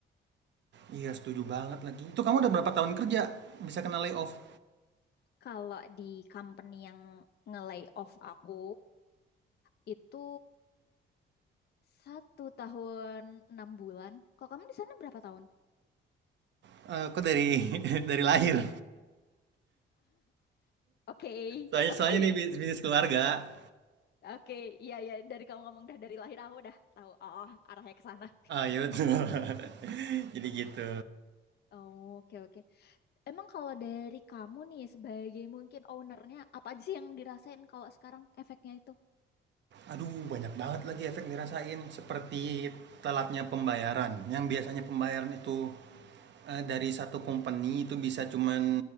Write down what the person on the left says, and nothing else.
Kalau di company yang nge-lay off aku itu satu tahun enam bulan. Kalau kamu di sana berapa tahun?
Oke,
<laughs>
oke,
oke. Iya, iya. Dari kamu ngomong dah dari lahir aku dah tahu. Oh, arahnya ke sana. <laughs>
Oh, Oke, oke. Emang kalau dari kamu nih sebagai mungkin ownernya, apa aja sih yang dirasain kalau sekarang efeknya itu?